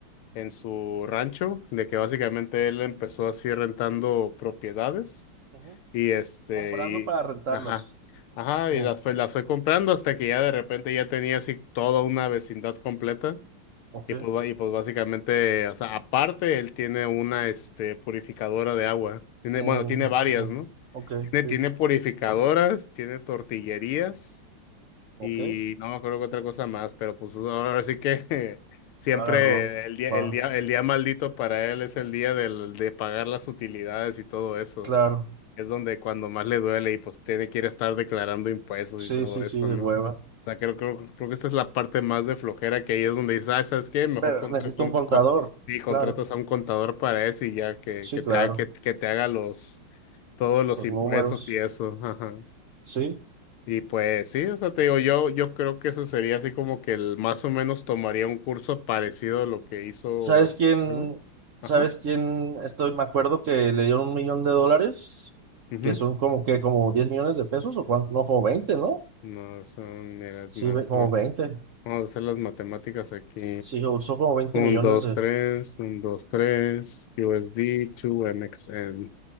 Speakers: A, on the left; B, on the right.
A: en su rancho, de que
B: ujú,
A: básicamente él empezó así rentando propiedades.
B: ujú.
A: Y este,
B: Comprando
A: y,
B: para rentarlas.
A: ajá, ajá,
B: Uh,
A: y las fue, las fue comprando hasta que ya de repente ya tenía así toda una vecindad completa.
B: ok.
A: Y pues, ba- y pues básicamente, o sea, aparte él tiene una, este, purificadora de agua. Tiene,
B: Mm,
A: bueno, tiene varias,
B: ujú.
A: ¿no?
B: Ok,
A: Tiene,
B: sí.
A: tiene purificadoras, tiene tortillerías
B: Ok.
A: y no me acuerdo qué otra cosa más, pero pues ahora sí que <laughs> siempre
B: Agarró.
A: el día,
B: Va.
A: el día, el día maldito para él es el día del, de pagar las utilidades y todo
B: Claro.
A: es donde cuando más le duele y pues tiene que ir a estar declarando impuestos
B: Sí,
A: y todo
B: sí,
A: eso,
B: sí, de
A: ¿no?
B: hueva.
A: O sea, creo, creo, creo que esta es la parte más de flojera que ahí es donde dices, ah, ¿sabes qué? Mejor
B: Pero
A: contra,
B: necesito
A: con-
B: un contador.
A: con- y contratas
B: Claro.
A: a un contador para eso y ya que,
B: Sí,
A: que
B: claro.
A: te haga, que, que te haga los, todos los
B: Los
A: impuestos
B: números.
A: y eso, ajá.
B: Sí.
A: Y pues sí, o sea, te digo, yo, yo creo que eso sería así como que el más o menos tomaría un curso parecido a lo que hizo
B: ¿Sabes
A: este
B: quién?
A: güey.
B: ¿Sabes
A: Ajá.
B: quién? Estoy, me acuerdo que le dieron un millón de dólares,
A: ujú.
B: que son como que como 10 millones de pesos o cuánto, no, como 20, ¿no?
A: No, son, mira, es
B: Sí,
A: más.
B: ve- como
A: <laughs>
B: 20.
A: Vamos a hacer las matemáticas aquí.
B: Sí, usó como 20
A: 1,
B: millones
A: 2,
B: de...
A: 3, 1, 2, 3, USD, 2MXN.